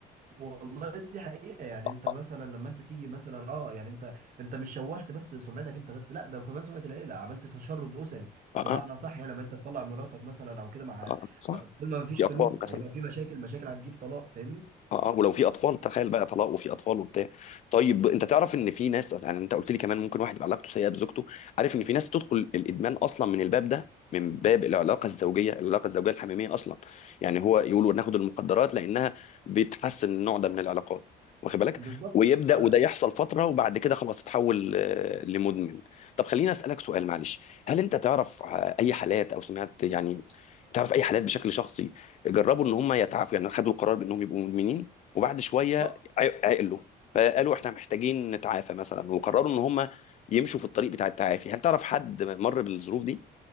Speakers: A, on the right (about 55°); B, on the left (about 45°).
A: والله دي حقيقة يعني انت
B: أه
A: مثلا لما انت تيجي مثلا اه يعني انت انت مش شوهت بس سمعتك انت بس لا ده كمان سمعة العيلة عملت تشرد اسري
B: أه
A: بمعنى
B: أه أه
A: صح يعني لما انت تطلع مراتك مثلا او كده مع
B: أه صح؟
A: آه، طول ما مفيش
B: دي
A: فلوس
B: أطفال مثلا
A: هيبقى في مشاكل مشاكل هتجيب طلاق فاهمني
B: اه اه ولو في اطفال تخيل بقى طلاق وفي اطفال وبتاع طيب انت
A: بالظبط
B: تعرف ان في ناس يعني انت قلت لي كمان ممكن واحد يبقى علاقته سيئه بزوجته عارف ان في ناس بتدخل الادمان اصلا من الباب ده من باب العلاقه الزوجيه العلاقه الزوجيه الحميميه اصلا يعني هو يقولوا ناخد المخدرات لانها بتحسن النوع ده من العلاقات واخد بالك
A: بالظبط.
B: ويبدا
A: فانا
B: وده يحصل فتره وبعد كده خلاص تتحول آه، لمدمن طب خليني اسالك سؤال معلش هل انت تعرف آه، اي حالات او سمعت يعني تعرف اي حالات بشكل شخصي جربوا ان هم يتعافوا يعني خدوا القرار بانهم يبقوا مدمنين وبعد شويه
A: اه
B: عق- عقلوا فقالوا احنا محتاجين نتعافى مثلا وقرروا ان هم يمشوا في الطريق بتاع التعافي هل تعرف حد مر بالظروف دي